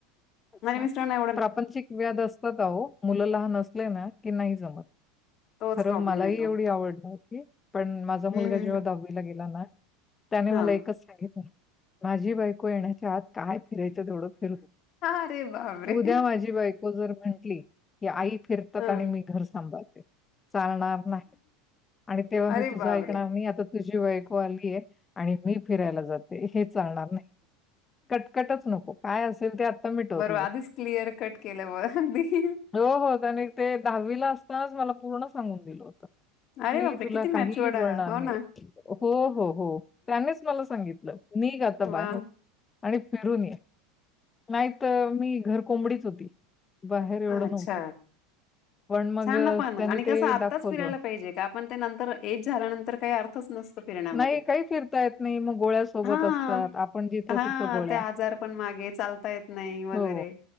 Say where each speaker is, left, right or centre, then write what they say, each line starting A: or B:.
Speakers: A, on the left; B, on the left.
A: अच्छा.
B: माझ्या मिस्टर नाय
A: प्रापंचिक व्याद असतात आहो मुलं लहान असलेना की नाही जमत.
B: तोच
A: खरं
B: प्रॉब्लेम
A: मलाही
B: येतो.
A: एवढी आवड नव्हती पण माझा
B: हम्म
A: मुलगा
B: हम्म
A: जेव्हा दहावीला गेलाना. त्याने मला
B: हा.
A: एकच सांगितलं माझी बायको येण्याच्या आत काय फिरायचं तेवढं फिर
B: अरे बापरे!
A: उद्या माझी बायको जर म्हंटली की आई फिरतात
B: हा.
A: आणि मी घर सांभाळते. चालणार नाही आणि तेव्हा
B: अरे
A: मी तुझं
B: बापरे!
A: ऐकणार नाही. आता तुझी बायको आलीये आणि मी फिरायला जाते हे चालणार नाही. कटकटच नको काय असेल ते आता फिटव
B: बरोबर
A: तुझं
B: आधीच क्लिअर कट केलं मग अगदी.
A: होहो त्याने ते दहावीला असतानाच मला पूर्ण सांगून दिलं होत.
B: अरे
A: मी
B: बापरे!
A: तुला
B: किती मॅच्युअर्ड
A: काही
B: आहे.
A: बोलणार
B: हो
A: नाही.
B: ना.
A: हो हो हो त्यांनीच मला सांगितलं, निघ आता
B: वाह!
A: बाहेर आणि फिरून ये. नाहीतर, मी घर कोंबडीच होती. बाहेर एवढं
B: अच्छा.
A: न्हवत. पण मग
B: छान ना
A: त्यानी
B: आणि
A: ते
B: कसं आत्ताच
A: दाखवलं.
B: फिरायला पाहिजे का पण ते नंतर एज झाल्यानंतर काही अर्थच नसत. फिरण्यामध्ये.
A: नाही, काही फिरता येत नाही. मग गोळ्या सोबत
B: हा
A: असतात. आपण जिथं
B: हा
A: तिथं गोळ्या.
B: ते आजार पण मागे, चालता येत नाही वगैरे
A: हो,